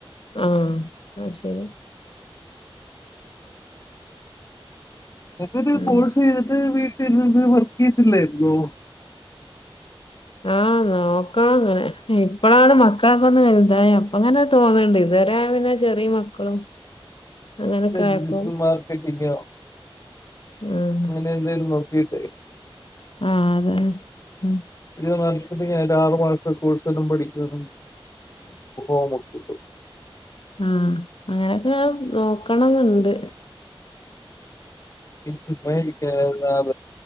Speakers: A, on the left (about 65°); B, on the left (about 35°).
A: ആ അയ്ശരി
B: എന്തെങ്കിലും
A: ഉം
B: കോഴ്സ് ചെയ്തിട്ട് വീട്ടിൽ നിന്ന് ത്തിലായിരുന്നോ
A: ആ നോക്കാം അങ്ങനെ ഇപ്പഴാണ് മക്കളൊക്കെ ഒന്ന് വലുതായെ അപ്പങ്ങനെ തോന്നണ്ട് ഇതുവരെ പിന്നെ ചെറിയ മക്കളും അങ്ങനൊക്കെ
B: ഇപ്പ
A: ആയപ്പോ
B: ഡിജിറ്റൽ മാർക്കറ്റിംഗോ
A: ആഹ്
B: അങ്ങനെ എന്തേലും നോക്കിട്ടെ
A: ആ അതെ ഉം
B: <inaudible> ഒരു ആറ് മാസത്തെ കോഴ്സ് ഒന്നും പഠിക്ക <unintelligible>
A: ആ അങ്ങനെയൊക്കെ നോക്കണംന്നുണ്ട്
B: <inaudible>